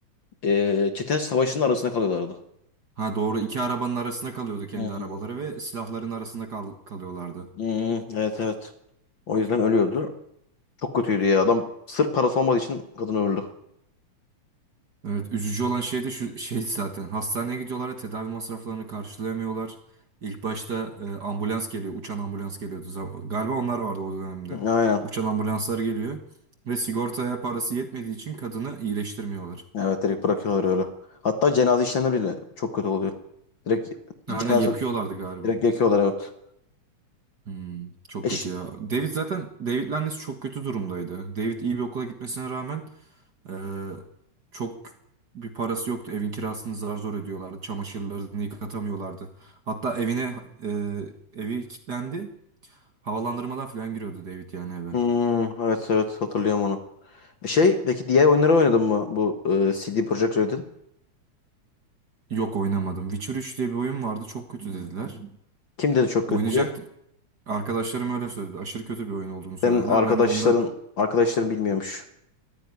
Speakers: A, on the left (about 50°); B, on the right (about 40°).
A: e, çete savaşının arasında kalıyorlardı.
B: Ha doğru iki arabanın arasında kalıyordu kendi
A: Hmm,
B: arabaları ve silahların arasında kal kalıyorlardı.
A: hmm, evet evet. O yüzden ölüyordu. Çok kötüydü ya. Adam sırf parası olmadığı için kadın öldü.
B: Evet üzücü olan şey de şu şey zaten hastaneye gidiyorlar ve tedavi masraflarını karşılayamıyorlar. İlk başta e, ambulans geliyor uçan ambulans geliyordu. Zam- Galiba onlar vardı o dönemde.
A: Aynen.
B: Uçan ambulanslar geliyor ve sigortaya parası yetmediği için kadını iyileştirmiyorlar.
A: Evet direkt bırakıyorlar öyle. Hatta cenaze işlemleri bile çok kötü oluyor. Direkt
B: Aynen
A: cenaze
B: yakıyorlardı galiba.
A: direkt yakıyorlar evet.
B: Hmm, çok
A: E
B: kötü ya. David zaten David'le annesi çok kötü durumdaydı. David iyi bir okula gitmesine rağmen e, çok bir parası yoktu. Evin kirasını zar zor ödüyorlardı. Çamaşırlarını yıkatamıyorlardı. Hatta evine e, evi kilitlendi. Havalandırmadan falan giriyordu David yani eve.
A: Hmm, evet evet hatırlıyorum onu. E Şey peki diğer oyunları oynadın mı bu e, CD Projekt Red'in?
B: Yok oynamadım. Witcher üç diye bir oyun vardı. Çok kötü dediler.
A: Kim dedi çok
B: Oynayacaktım.
A: kötü diye?
B: Arkadaşlarım öyle söyledi. Aşırı kötü bir oyun olduğunu söylediler.
A: Senin arkadaşların
B: Ben de ondan
A: arkadaşların bilmiyormuş.